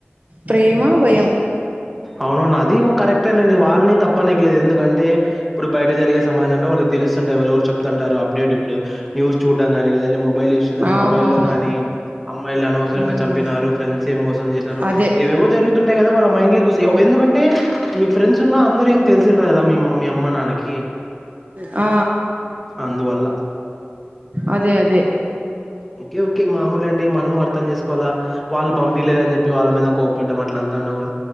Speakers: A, on the right; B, in the centre.
A: ప్రేమ భయం
B: అవునవును అది ఒక కరెక్టే నండి వాళ్ళని తప్పు అనేకి లేదు. ఎందుకంటే ఇప్పుడు బయట జరిగే సమాజంలో వాళ్ళకి తెలుస్తుంటాయ్ ఎవరవరు చెప్తుంటారు అప్డేట్ ఇప్పుడు న్యూస్ చూడం కానీ లేదంటే మొ బైల్ యూస్ చేసిన్నే
A: అవునవును
B: మొబైల్ లో కానీ, అమ్మాయిల్ని అనవసరంగా
A: ఉమ్
B: చంపినారు, ఫ్రెండ్స్ ఏ మోసం చేసినారు.
A: అదే
B: ఏవెవో జరుగుతుంటయ్ కదా వాళం మైండ్ లో వసే ఎందుకంటే మీకు ఫ్రెండ్స్ ఉన్నా, అందర ఏం తెలిసిండదు కదా మీ మీ అమ్మ నాన్నకి
A: ఆ
B: అందువల్ల.
A: అదే అదే
B: ఓకే ఓకే మాముూలు అండి మనము అర్ధం చేసుకోలా వాళ్ళ పంపిలేదని చెప్పి వాళ్ళ మీద కోపడ్డం అట్ల అంతా ఉండం